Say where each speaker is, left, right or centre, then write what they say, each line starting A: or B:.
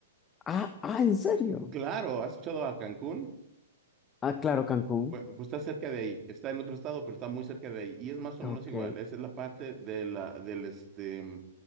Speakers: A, on the left; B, on the right.
A: Ah, ah, ¿en serio?
B: Claro, ¿has escuchado a Cancún?
A: Ah, claro, Cancún.
B: Bue- Pues, está cerca de ahí, está en otro estado, pero está muy cerca de ahí y es más o
A: Ok,
B: menos igual. Esa es la parte de la, del, este,